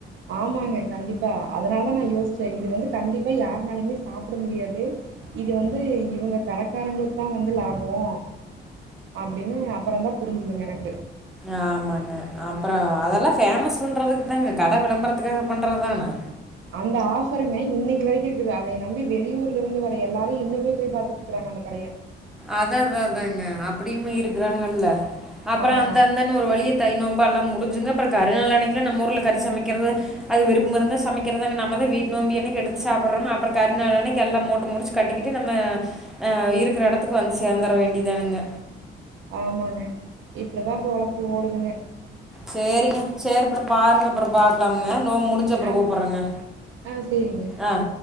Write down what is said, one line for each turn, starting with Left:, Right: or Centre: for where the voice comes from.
Right: ஆமாங்க கண்டிப்பா அதனாலதா நா யோஸ்ச்ச இது வந்து கண்டிப்பா யார்னாலயுமே சாப்புட முடியாது இது வந்து இவங்க கடக்காரங்ளுக் தா வந்து லாபோ அப்டின்னு அப்றந்தா புரிஞ்சிதுங்கெனக்கு
Centre: ஆமாங்க அப்பறோ அதெல்லா ஃபேமஸ் பண்றதுக் தாங்க கட விளம்புறதுக்காக பண்றதுதான
Right: அந்த ஆஃப்பருங்க இன்னக்கி வெரிக்கு இருக்குது அதய நம்பி வெளியூர்லருந்து வர எல்லாரு இன்னுமே பேய் பாத்துட்டுருக்கறாங்க அந்த கடய
Centre: அதா அதா அதாங்க அப்டியுமே இருக்குறாங்கல்ல அப்பற
Right: ஆமா
Centre: அந்த அந்தன்னு ஒரு வழிய தை நோம்பல்லா முடிஞ்சுங்க அப்ற கரு நாளு அன்னைக்கிலா நம்ம ஊர்ல கறி சமைக்கிறது அது விருப்பம் இருந்தா சமைக்கிறங்க நம்மதா வீட் நோம்பி அன்னைக் எடுத்து சாப்புற்றோனோ அப்பற கறி நாளு அன்னைக்கி எல்லா மூட்ட முடிச்சு கட்டிக்கிட்டு நம்ம அ இருக்குற எடத்துக்கு வந்து சேந்தர வேண்டிதானுங்க
Right: ஆமாங்க இப்டிதா பொழப்பு ஓடுதுங்க
Centre: சேரிங்க சேரிபுள்ள பாருங்க அப்பறம் பா க்கலாமுங்க நோம் முடிஞ்சப்பறோ
Right: ஆ
Centre: கூப்பறேங்க
Right: ஆ சேரிங்க.
Centre: ஆ